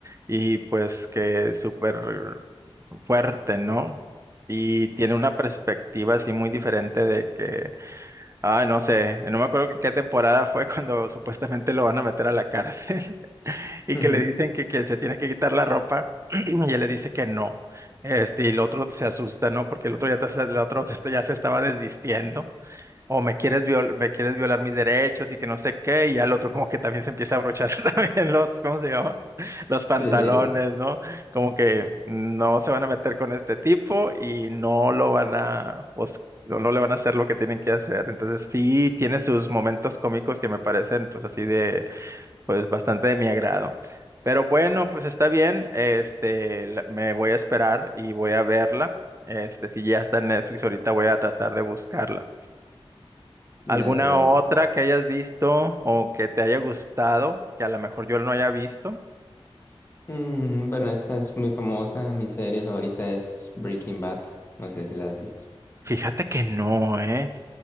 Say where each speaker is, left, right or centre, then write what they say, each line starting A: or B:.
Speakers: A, on the right; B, on the left.
A: y pues que es súper fuerte, ¿no? Y tiene una perspectiva así muy diferente de que Ah, no sé, no me acuerdo que- qué temporada fue <laughs> cuando supuestamente lo van a meter a la cárcel <laughs> y
B: Ujú.
A: que le dicen que, que se tiene que quitar la ropa <clears throat> y él le dice que no. Este, y el otro se asusta, ¿no? Porque el otro ya, te- el otro se está- ya se estaba desvistiendo o me quieres viol- me quieres violar mis derechos y que no sé qué, y al otro como que también se empieza a abrochar <laughs> también los, ¿cómo se llama? Los pantalones,
B: Sí, sí, <laughs>
A: ¿no? Como que no se van a meter con este tipo y no lo van a, os- o no le van a hacer lo que tienen que hacer. Entonces sí tiene sus momentos cómicos que me parecen pues así de, pues bastante de mi agrado. Pero bueno, pues está bien, este, la- me voy a esperar y voy a verla. Este, si ya está en Netflix ahorita voy a tratar de buscarla.
B: dale,
A: ¿Alguna
B: dale.
A: otra que hayas visto o que te haya gustado, que a lo mejor yo no haya visto?
B: Mm, bueno, esta es muy famosa. Mi serie favorita es Breaking Bad. No sé si la has visto.
A: Fíjate que no, ¿eh?